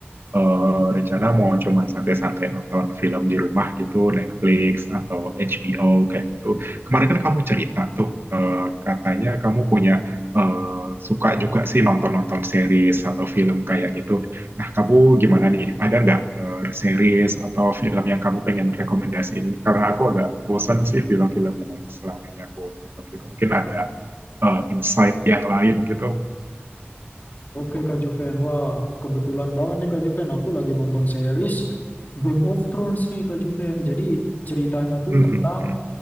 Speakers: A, on the right (about 60°); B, on the left (about 45°).
A: eh, rencana mau cuman santai-santai nonton film di rumah gitu, Netflix atau HBO kayak gitu. Kemarin kan kamu cerita tuh, eh, katanya kamu punya eh, suka juga sih nonton-nonton series atau film kayak gitu. Nah, kamu gimana nih? Ada nggak eh, series atau film yang kamu pengen rekomendasi ini? Karena aku agak bosan sih film-film yang selama ini aku tonton gitu. Mungkin ada eh, insight yang lain gitu.
B: Oke Kak Juven. Wah, kebetulan banget nih Kak Juven. Aku lagi nonton series Game of Thrones nih Kak Juven. Jadi ceritanya tuh
A: Hmm,
B: tentang
A: hmm, hmm.